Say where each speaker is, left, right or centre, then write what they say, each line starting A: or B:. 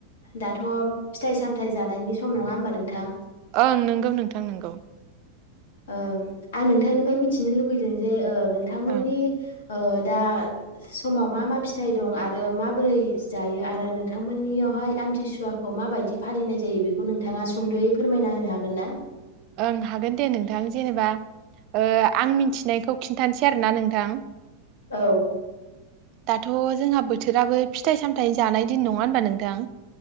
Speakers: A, on the left; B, on the right.
A: दाथ' फिथाइ सामथायाइ जानायनि सम नङा होमबा नोंथां
B: ओं नोंगौ नोंथां नंगौ
A: ओ आं नोंथांनिफ्राय मिथिनो लुुबैदों जे ओ नोंथांमोननि
B: ओं।
A: ओ दा समाव मा मा फिथाइ दं आरो माबोरै जायो आरो नोंथांमोननियावहाय आमथिसुवाखौ माबायदि फालिनाय जायो बेखौ नोंथाङा सुंदयै फोरमायना होनो हागोन ना
B: ओं हागोन दे नोंथां जेनेबा ओ आं मिनथिनायखौ खिन्थानोसै आरोना नोंथां
A: औ
B: दाथ' जोंहा बोथोराबो फिथाइ सामथाइ जानाय दिन नङा होनबा नोंथां